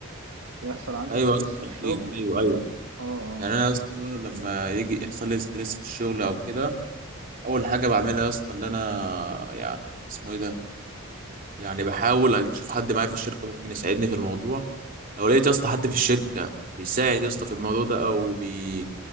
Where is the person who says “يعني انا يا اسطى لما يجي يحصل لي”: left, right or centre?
Right